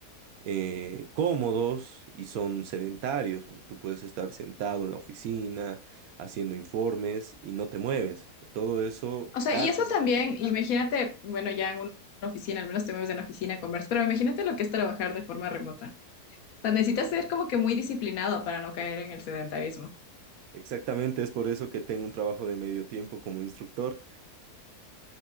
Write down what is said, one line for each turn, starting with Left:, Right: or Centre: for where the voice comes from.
Right: eh, cómodos y son sedentarios. Tú puedes estar sentado en la oficina haciendo informes y no te mueves. Todo eso
Left: O sea,
Right: carga
Left: y eso
Right: después
Left: también,
Right: con el
Left: imagínate,
Right: tiempo.
Left: bueno, ya en una oficina, al menos te mueves en una oficina, conversas, pero imagínate lo que es trabajar de forma remota. O sea, necesitas ser como que muy disciplinado para no caer en el sedentarismo.
Right: Exactamente, es por eso que tengo un trabajo de medio tiempo como instructor.